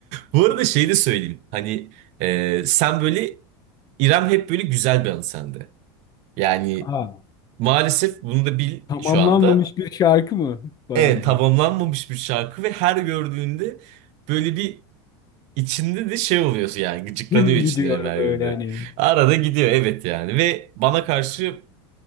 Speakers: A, on the right; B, on the left.
A: bu arada şey de söyleyeyim. Hani e, sen böyle İrem hep böyle güzel bir hanım sende. Yani
B: Aa,
A: maalesef bunu da bil
B: tamamlanmamış
A: şu anda.
B: bir şarkı mı Barancım?
A: Evet tamamlanmamış bir şarkı ve her gördüğünde böyle bir İçinde de şey oluyorsun yani gıcıklanıyor
B: Kim
A: içinde
B: gidiyor
A: Merve'de.
B: böyle hani?
A: Arada gidiyor evet yani ve bana karşı